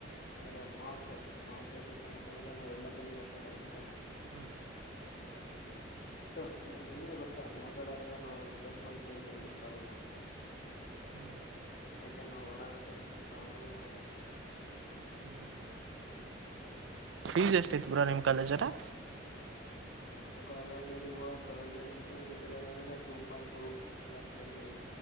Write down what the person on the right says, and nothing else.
ಹ್ಮ
ಹ್ಮ್
ಹ್ಮ್ ಫೀಸ್ ಎಷ್ಟ ಇತ್ ಬ್ರೋ ನಿಮ್ ಕಾಲೇಜ್ ಗ